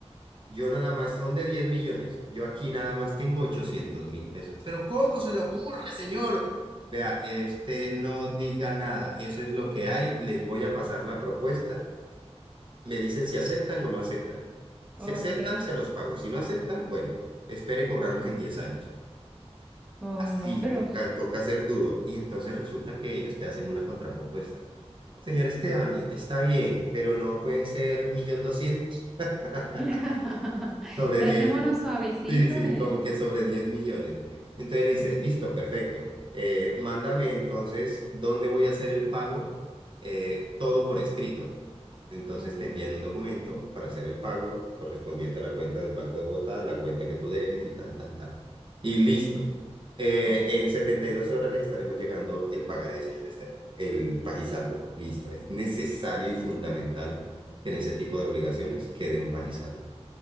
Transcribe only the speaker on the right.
yo nada más son de 10 millones, yo aquí nada más tengo ochocientos mil pesos. Pero ¿cómo se le ocurre, señor? Vea, eh, usted no diga nada, eso es lo que hay, les voy a pasar la propuesta me dicen si aceptan o no aceptan. Si
aceptan, se los pago. Si no aceptan, bueno, espere cobrarlos en 10 años.
Así,
toca,
toca ser duro. Y entonces resulta que ellos te hacen una contrapropuesta. Señor Esteban, está bien, pero no pueden ser millón doscientos. <laughs>
Sobre
10
sí, sí,
como que sobre 10 millones. Entonces le dice, listo, perfecto. Eh, mándame entonces dónde voy a hacer el pago, eh, todo por escrito. Entonces
te envían un documento para hacer el pago correspondiente a la cuenta del Banco de Bogotá, la cuenta que tú debes y tal, tal, tal. Y listo.
Eh,
en 72 horas les estaremos llegando el pagaré, señor Esteban, el pagisalvo. Listo. Es necesario y fundamental que en ese tipo de obligaciones quede un pagisalvo.